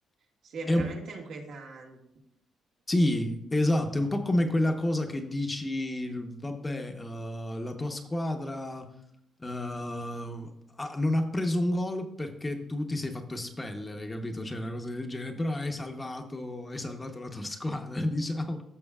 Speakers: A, on the right; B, on the left.
A: Sì, è
B: È
A: veramente
B: un-
A: inquietante.
B: Sì, esatto, è un po' come quella cosa che dici, vabbè, eh, la tua squadra, eh, ha- non ha preso un gol perché tu ti sei fatto espellere, capito? Cioè, una cosa del genere, però hai salvato, hai salvato la tua squadra, <laughs> diciamo.